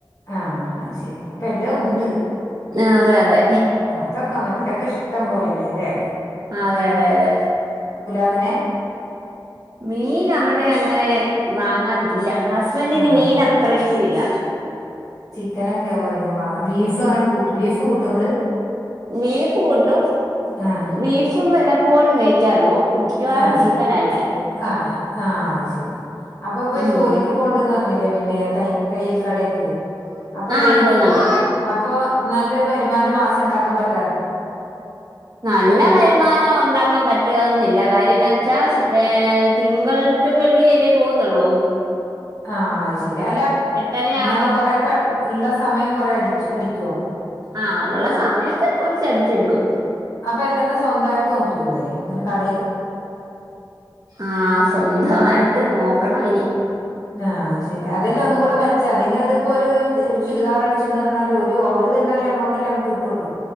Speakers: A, on the left (about 45°); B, on the right (about 45°).
A: ആ അയ് ശരി അപ്പൊ എല്ലാം ഉണ്ട്.
B: അതെ അതെ
A: അതൊക്കെ മതിയൊക്കെ ഇഷ്ടം പോലെയല്ലേല്ലേ
B: അതെ അതെ അതെ
A: അങ്ങനെ
B: മീൻ അവിടെ അങ്ങനെ വാങ്ങാറില്ല ഹസ്ബൻ്റന്
A: ആഹ്
B: മീൻ അത്ര ഇഷ്ടയില്ല.
A: ചിക്കനൊക്കെയാ അധികം വാങ്ങാ. ബീഫ് അങ്ങനെ കൂട്ടും ബീഫ് കൂട്ടോങ്ങള്?
B: ബീഫ് കൂട്ടും
A: ആഹ്
B: ബീഫും വല്ലപ്പോഴും മേടിക്കാറുള്ളൂ. മിക്കവാറും
A: ആ ചിപ്പ്
B: ചിക്കനാ ഇവിടെ
A: ചിപ്പ് ആ ആ ശരി അപ്പൊ ഇപ്പൊ
B: ഉം
A: ജോലിക്ക് പോണ്ടന്ന് പറഞ്ഞില്ലെ പിന്നെ തൈ തയ്യൽ കടക്ക് അപ്പൊ
B: ആ
A: ഡെയിലി
B: പോകുന്നുണ്ട്
A: അപ്പൊ നല്ലൊരു വരുമാനം മാസം ഉണ്ടാക്കാൻ പറ്റ്
B: നല്ല വരുമാനം ഉണ്ടാക്കാൻ പറ്റുന്നില്ല കാര്യം എന്താച്ചാ വേ തിങ്കൾ ടു വെള്ളി അല്ലേ പോകുന്നുള്ളു
A: ആ അയ് ശരി അല്ല
B: എട്ടര
A: എന്നാലും
B: ആവുമ്പം
A: കൊറെക്ക ഇള്ള സ സമയം കൊറെ അടിച്ച്, അടിക്കോ.
B: ആ ഉള്ള സമയത്ത് കൊറച്ച് അടിച്ചെടുക്കും.
A: അപ്പൊ എല്ലാം സ്വന്തയിട്ട് നോക്കിക്കൂടെ ഇങ്ങന കട
B: ആ സ്വന്തമായിട്ട് നോക്കണം ഇനി
A: ആഹ് അത് ശരി അതല്ലേ ഒന്നും കൂടെ മെച്ചം. അല്ലെങ്കിൽ അതിപ്പോ ഒരു ചുരിദാർ അടിച്ചെന്ന് പറഞ്ഞാലും ഒരു ഓര്തന്ന എമോണ്ട് ല്ലേ. നമുക്ക് കിട്ടുള്ളൂ.